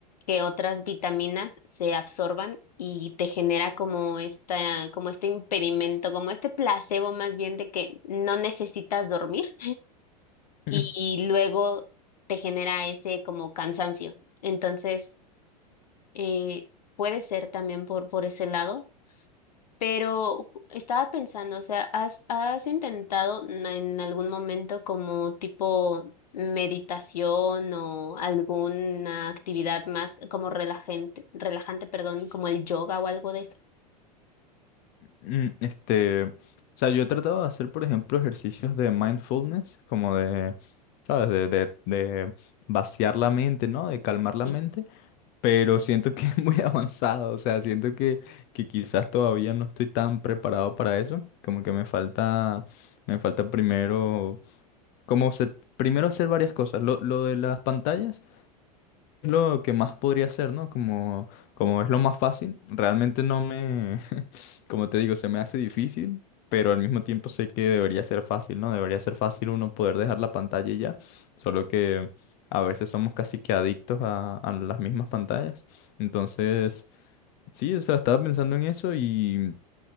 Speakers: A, on the left (about 75°); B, on the left (about 50°).
A: que otras vitaminas se absorban y te genera como esta, como este impedimento, como este placebo más bien de que no necesitas dormir
B: <laughs>
A: y, y luego te genera ese como cansancio. Entonces, eh, puede ser también por, por ese lado pero estaba pensando, o sea, ¿has, has intentado na- en algún momento como tipo meditación o alguna actividad más como relajante, relajante, perdón, como el yoga o algo de eso?
B: Mm, Este, o sea, yo he tratado de hacer, por ejemplo, ejercicios de mindfulness, como de, ¿sabes? De, de, de vaciar la mente, ¿no? De calmar la
A: Sí.
B: mente, pero siento que <laughs> es muy avanzado, o sea, siento que, que quizás todavía no estoy tan preparado para eso, como que me falta, me falta primero, como se- primero hacer varias cosas. Lo, lo de las pantallas es lo que más podría hacer, ¿no? Como, como es lo más fácil, realmente no me, <laughs> como te digo, se me hace difícil, pero al mismo tiempo sé que debería ser fácil, ¿no? Debería ser fácil uno poder dejar la pantalla y ya, solo que a veces somos casi que adictos a, a las mismas pantallas. Entonces, sí, o sea, estaba pensando en eso y